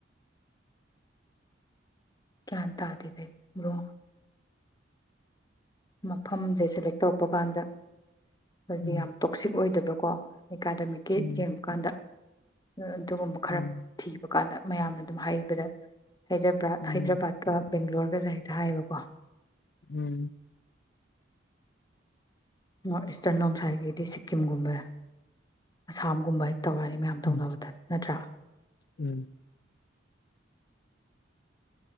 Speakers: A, on the left; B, on the left.
A: ꯀꯌꯥꯟ ꯇꯗꯗ ꯣ ꯃꯐꯝꯁꯦ ꯁꯦꯂꯦꯛ ꯇꯧꯔꯛꯄ ꯀꯥꯟꯗ ꯑꯩꯈꯣꯏꯒꯤ
B: ꯎꯝ
A: ꯌꯥꯝ ꯇꯣꯛꯁꯤꯛ ꯑꯣꯏꯗꯕ ꯀꯣ ꯑꯦꯀꯥꯗꯃꯤꯛꯀꯤ
B: ꯎꯝ
A: ꯌꯦꯡꯕꯀꯥꯟꯗ ꯑꯗꯨꯒꯨꯝꯕ ꯈꯔ
B: ꯎꯝ
A: ꯊꯤꯕ ꯀꯥꯟꯗ ꯃꯌꯥꯝꯅ ꯑꯗꯨꯝ ꯍꯥꯏꯕꯗ ꯍꯥꯏꯗ꯭ꯔ
B: ꯎꯝ
A: ꯍꯥꯏꯗ꯭ꯔꯕꯥꯠꯀ ꯕꯦꯡꯒ꯭ꯂꯣꯔꯒꯁ ꯍꯦꯛꯇ ꯍꯥꯏꯌꯦꯕꯀꯣ
B: ꯎꯝ
A: ꯅ ꯏꯁꯇꯔꯟ ꯂꯣꯝꯁ ꯍꯥꯏꯥꯏꯒꯗꯤ ꯁꯤꯛꯀꯤꯝꯒꯨꯝꯕꯦ ꯑꯁꯥꯝꯒꯨꯝꯕ ꯇꯧꯔꯛꯅꯤ ꯃꯌꯥꯝ
B: ꯎꯝ
A: ꯇꯧꯅꯕꯗ ꯅꯠꯇ꯭ꯔꯥ
B: ꯎꯝ